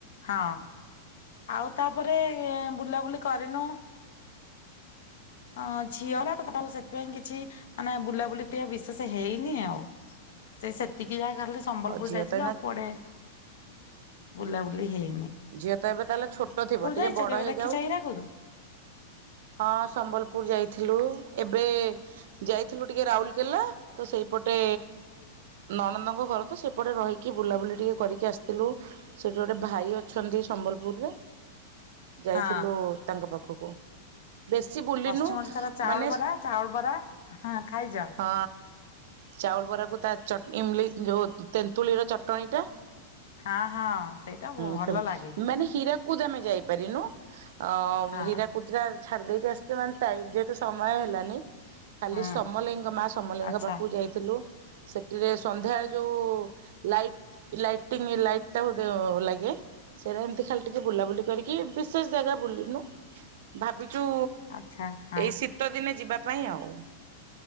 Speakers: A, on the left (about 65°); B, on the right (about 50°).
A: ହଁ। ଆଉ ତାପରେ ଏଁ ବୁଲାବୁଲି କରିନୁ।
B: ହ
A: ହଁ ଝିଅ ହେଲା ତ ତାପକୁ ସେଥିପାଇଁ କିଛି ମାନେ ବୁଲାବୁଲି ଟିକେ ବିଶେସେ ହେଇନି ଆଉ। ସେ ସେତିକି ଯାହା ଖାଲି ସମ୍ବଲପୁର
B: ଆଉ ଝିଅ
A: ଯାଇଥିଲୁ
B: ତ ଏଇନା
A: ଆଉ କୁଆଡେ ବୁଲାବୁଲି ହେଇ
B: ଝିଅ ତ ଏବେ ତାହେଲେ ଛୋଟ ଥିବ ଟିକେ
A: ଯାଇଛ
B: ବଡ଼
A: କେବେ
B: ହେଇଯାଉ।
A: ଦେଖିଛ ହୀରାକୁଦ?
B: ହଁ, ସମ୍ବଲପୁର ଯାଇଥିଲୁ। ଏବେ ଯାଇଥିଲୁ ଟିକେ ରାଉରକେଲା। ତ ସେହି ପଟେ ନଣନ୍ଦଙ୍କ ଘର ତ, ସେପଟେ ରହିକି ବୁଲାବୁଲି ଟିକେ କରିକି ଆସିଥିଲୁ। ସେଠି ଗୋଟେ ଭାଇ ଅ ଅଛନ୍ତି, ସମ୍ବଲପୁରରେ। ଯାଇଥିଲୁ
A: ହଁ
B: ତାଙ୍କ ପାଖକୁ। ବେଶୀ ବୁଲିନୁ
A: ପଶ୍ଚିମ ଓଡିଶାର ଚାଉଳ
B: ମାନେ,
A: ବରା ଚାଉଳ ବରା ହଁ ଖାଇଛ?
B: ହଁ। ଚାଉଳ ବରାକୁ, ତା ଚଟଣି, ଇମଲି ଯୋଉ ତେନ୍ତୁଳି ର ଚଟଣିଟା।
A: ହଁ ହଁ ସେଇଟା
B: ହୁଁ।
A: ଭଲ
B: ମାନେ
A: ଲାଗେ
B: ହୀରାକୁଦ ଆମେ ଯାଇପାରିନୁ। ଅ,
A: ହଁ
B: ହୀରା କୁଦ ଟା ଛାଡ଼ି ଦେଇକି ଆସିଛିେ ମାନେ ଟାଇପ୍ ଯେହେତୁ ସମୟ ହେଲାନି। ଖାଲି
A: ହୁଁ
B: ସମଲେଇ ମା ସମଲେଇଙ୍କ
A: ଆଚ୍ଛା।
B: ପାଖକୁ ଯାଇଥିଲୁ। ସେଠିରେ ସନ୍ଧ୍ୟାବେଳେ ଯୋଉ ଲାଇଟ୍ ଲାଇଟିଂ ଲାଇଟ୍ ଟା ହଧ ଲାଗେ। ସେଇଟା ଏମିତି ଖାଲି ଟିକେ ବୁଲାବୁଲି କରିକି ବିଶେଷ ଜାଗା ବୁଲିନୁ ଭାବିକି ଚୁ
A: ଆଚ୍ଛା ହଁ
B: ଏଇ ଶୀତ ଦିନେ ଯିବା ପାଇଁ ଆଉ।